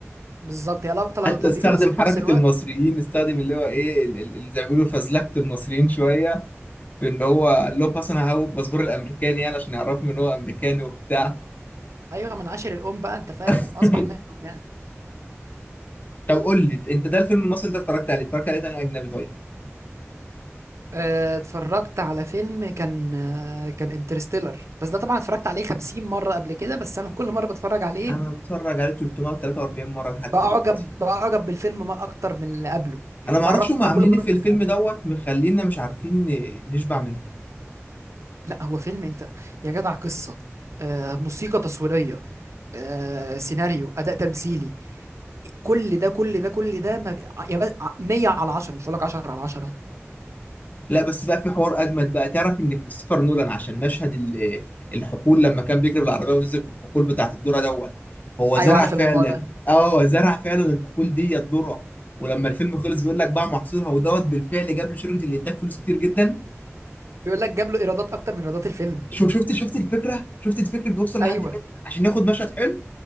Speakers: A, on the right; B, on the left.
A: بالظبط هي لقطه
B: حتى
A: لطيفه
B: استخدم
A: بس في
B: حركة
A: نفس الوقت
B: المصريين استخدم اللي هو ايه ال- ال- اللي زي ما بيقولوا فزلكة المصريين شوية في ان هو قال لهم اصل انا هاخد الباسبور الامريكاني يعني عشان يعرفهم ان هو امريكاني وبتاع
A: ايوه من عاشر الام بقى انت فاهم
B: <laughs>
A: اصبح منهم يعني
B: طب قول لي انت ده الفيلم المصري انت اتفرجت عليه اتفرجت عليه تاني اجنبي طيب
A: آه، اتفرجت على فيلم كان آه، كان انترستيلر بس ده طبعا اتفرجت عليه خمسين مرة قبل كده بس انا كل مرة بتفرج عليه
B: انا متفرج عليه 343 مرة لحد
A: بعجب
B: دلوقتي
A: بعجب بالفيلم ما اكتر من اللي قبله يعني
B: انا ما
A: مرة
B: اعرفش
A: اكتر
B: هم عاملين
A: كل مرة
B: ايه في
A: اكتر
B: الفيلم
A: من اللي قبله
B: دوت مخلينا مش عارفين نشبع منه
A: لا هو فيلم انت يا جدع قصة آه، موسيقى تصويرية آه، سيناريو اداء تمثيلي كل ده كل ده كل ده ما بي... ع- يا بس ع- 100 على 10 مش هقول لك 10 على 10
B: لا بس بقى في حوار اجمد بقى تعرف ان كريستوفر نولان عشان مشهد ال- الحقول لما كان بيجري بالعربيه ونزل في الحقول بتاعت الذره دوت هو
A: ايوه
B: زرع
A: عارف
B: فعلا
A: الموضوع ده
B: اه زرع فعلا الحقول دي الذره ولما الفيلم خلص بيقول لك بقى محصولها ودوت بالفعل جاب لشركه الانتاج فلوس كتير جدا
A: بيقول لك جاب له ايرادات اكتر من ايرادات الفيلم
B: شوف شفت شفت الفكره شفت الفكره بيوصل لحد
A: ايوه
B: فين عشان ياخد مشهد حلو